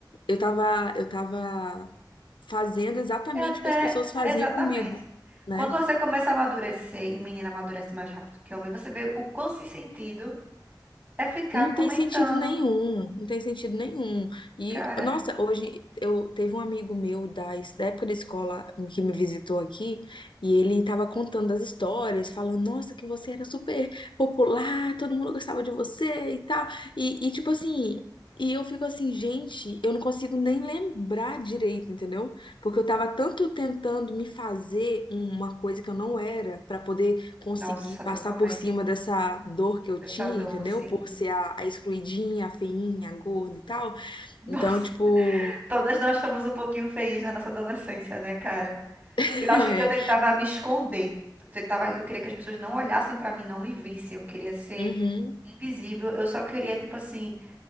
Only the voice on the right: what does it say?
É até,
exatamente.
Quando você começa a amadurecer, e menina amadurece mais rápido que homem, você vê o quão sem sentido é ficar
comentando.
Cara,
nossa,
totalmente.
Dessa
dor,
assim.
Nossa,
<laughs> todas nós fomos um pouquinho feias na nossa adolescência, né, cara?
Eu acho que eu tentava
me esconder. Eu tentava, eu queria que as pessoas não olhassem pra mim, não me vissem. Eu queria ser
invisível. Eu só queria, tipo assim,